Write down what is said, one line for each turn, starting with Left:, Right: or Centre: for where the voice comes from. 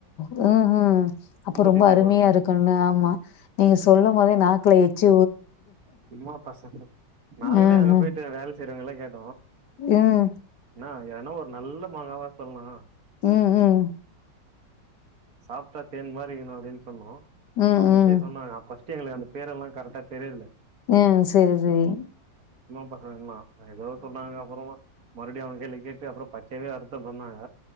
Left: ம்ஹும் அப்ப ரொம்ப
Right: தித்திப்பா
Left: அருமையா
Right: இருக்கு
Left: இருக்குல்ல ஆமா நீங்க சொல்லும் போதே நாக்குல எச்சு
Right: சும்மா பசங்க நாங்களே
Left: ம்ஹும்
Right: அங்க போயிட்டு வேலை செய்றங்களா <unintelligible>
Left: ம்
Right: என்னா ஏன்னா ஒரு நல்ல மாங்காவா சொல்ல
Left: ம் ம்
Right: சாப்ட்டா தேன் மாரி இருக்குனு அப்டின்னு சொல்வோ
Left: ம்
Right: அவுங்க
Left: ம்
Right: வந்து சொன்னாங்க அப்ப <unintelligible> அந்த பேர் எல்லாம் கரெக்டா தெரியுல
Left: ம் செரி செரி
Right: <unintelligible> அ எதோ சொன்னாங்க அப்பறமா மறுப்டியு அவங்க கேள்வி கேட்டு அப்புறோ பச்சையாவே அருத்து பண்ணாங்க